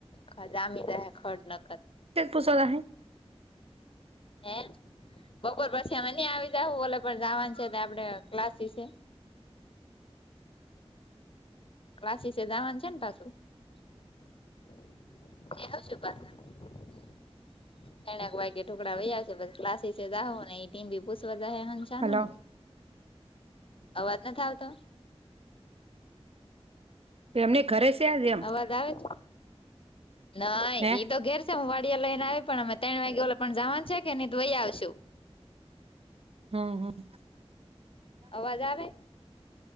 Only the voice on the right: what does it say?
પુસલાય.
હલો
તો એમને ઘરે છે આજ એમ
હે
હમ્મ હમ્મ.